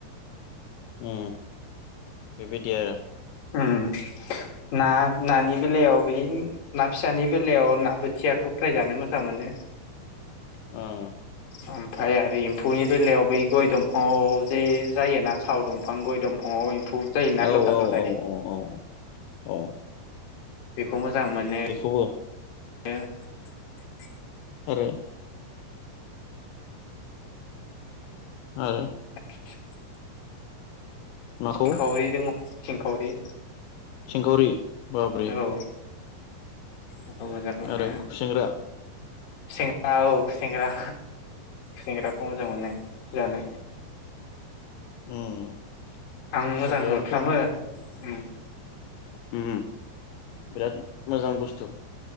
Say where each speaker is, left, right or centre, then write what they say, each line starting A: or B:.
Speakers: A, on the left; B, on the left.
A: उ बेबायदि आरो।
B: उम ना नानि बेलायाव बे ना फिसानि बेलायाव ना बोथियाखौ फ्रायजानो मोजां मोनो।
A: <inaudible> उम
B: ओमफ्राय आरो एम्फौनि बेलायाव बै गय दंफाङाव जे जायोना साव दंफां गय दंफां। नआव इम्फौ जायोना
A: औ
B: लदा लदानि।
A: औ औ औ औ
B: खौ मोजां मोनो।
A: बेखौबो
B: नो।
A: आरो। आरो।
B: <inaudible>
A: माखौ
B: सिंखावरि दङ सिंखावरि।
A: सिंखावरि। बाब्रि
B: औ। बेखौ मोजां मोनो
A: आरो खुसेंग्रा
B: सिङाव। सेंग्रा सेंग्राखौ मोजां मोनो जानो।
A: उम
B: आं
A: खुसेंग्रायाबोथ'
B: मोजां मोनफ्रामो ओ।
A: ओ बिराद मोजां बुस्थु।